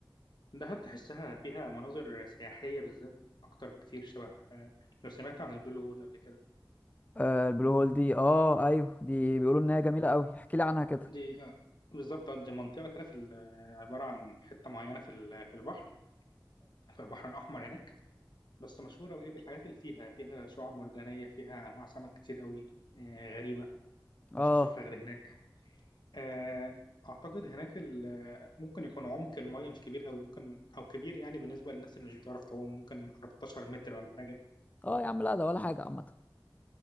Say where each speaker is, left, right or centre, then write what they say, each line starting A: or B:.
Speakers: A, on the left (about 65°); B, on the left (about 20°).
A: دهب تحسها فيها مناظر سياحيه بالذات اكتر بكتير شبه آه لو سمعت عن البلو هول قبل كده
B: آه البلو هول دي اه ايوه دي بيقولوا انها جميله قوي احكي لي عنها كده
A: دي آه بالظبط آه، دي منطقه كده في ال- آه، عباره عن حته معينه في ال- في البحر في البحر الاحمر هناك بس مشهورة وإيه بالحاجات اللي فيها فيها شعاب مرجانية فيها أنواع سمك كتير قوي آه، غريبة
B: اه
A: مش هشوفها غير هناك آه، أعتقد هناك ال- ممكن يكون عمق المية مش كبير قوي ممكن أو كبير يعني بالنسبة للناس اللي مش بتعرف تعوم ممكن 14 متر ولا حاجة
B: اه يا عم لا ده ولا حاجه عامه